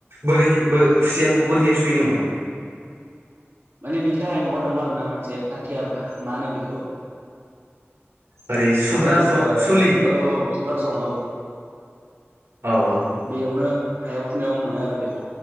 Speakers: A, on the right; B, on the right.
A: बोरैह
B: औ
A: खुसियाखौ बोरैहाय सुय नोंथां?
B: माने बिनि थाखाय माबा दं आर ना मोनसे हाथियार मा होनो बेखौ
A: ओरै सुग्रा
B: मा होनो बेखौ
A: जं
B: ओ
A: सुलि
B: औ औ सुग्रा जं औ।
A: औ औ
B: बेयावनो हायाव खुनायाव मोनो आरो बेखौ।